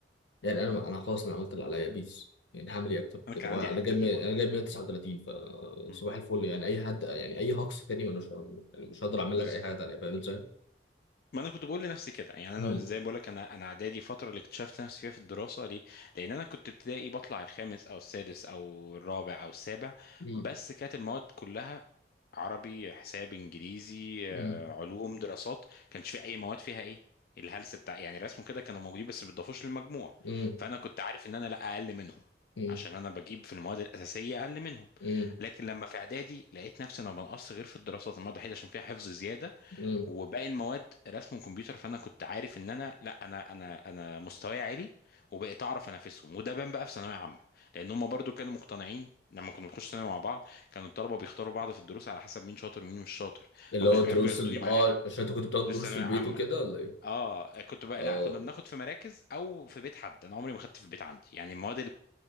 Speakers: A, on the left; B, on the left.
A: يعني انا انا خلاص انا عملت اللي عليا بيس يعني هعمل ايه اكتر من
B: انا
A: كده
B: كان
A: هو
B: عندي
A: انا
B: الحته
A: جايب
B: دي
A: مية-
B: برضه
A: انا جايب 139 فصباح
B: مم.
A: الفل يعني اي حد يعني
B: بالظبط
A: اي هاكس تاني ما مش يعني مش هقدر اعمل
B: بالظبط
A: لك اي حاجه تانيه فاهم ازاي؟
B: ما انا كنت بقول لنفسي كده يعني
A: مم.
B: انا زي ما بقول لك انا انا اعدادي فتره اللي اكتشفت نفسي فيها في الدراسه ليه لان انا كنت ابتدائي بطلع الخامس او السادس او الرابع او السابع
A: مم.
B: بس كانت المواد كلها عربي حساب انجليزي
A: مم.
B: آه، علوم دراسات كانش في اي مواد فيها ايه الهلس بتاع يعني رسم كده كانوا موجودين بس ما بيضافوش للمجموع
A: مم.
B: فانا كنت عارف ان انا لا اقل منهم
A: مم.
B: عشان انا بجيب في المواد الاساسيه اقل منهم
A: مم.
B: لكن لما في اعدادي لقيت نفسي انا بنقص غير في الدراسات المواد الوحيده عشان فيها حفظ زياده
A: مم.
B: وباقي المواد رسم كمبيوتر فانا كنت عارف ان انا لا انا انا انا مستواي عالي وبقيت اعرف انافسهم وده بان بقى في ثانويه عامه لان هم برضو كانوا مقتنعين لما كنا بنخش ثانوي مع بعض كانوا الطلبه بيختاروا بعض في الدروس على حسب مين شاطر ومين مش شاطر
A: اللي
B: فما كانوش
A: هو
B: بيحبوا
A: دروس
B: ياخدوني
A: ال اه
B: معاهم
A: عشان انت كنت بتاخد
B: دروس
A: دروس
B: ثانويه
A: في البيت
B: عامه
A: وكده ولا ايه؟
B: اه كنت بقى
A: اه
B: لا كنا بناخد في مراكز او في بيت حد انا عمري ما خدت في بيت عندي يعني المواد